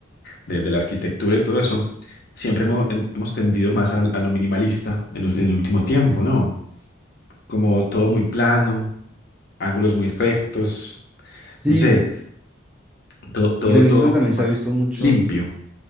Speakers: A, on the left; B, in the centre.
A: de, de la arquitectura y todo eso, siempre hemos, hem- hemos tendido más al- a, lo minimalista en, los- en el último tiempo, ¿no? Como todo muy plano, ángulos muy rectos,
B: Sí,
A: no sé.
B: t- t-
A: Todo, todo,
B: y también
A: todo
B: siento que también
A: más
B: se ha visto mucho,
A: limpio.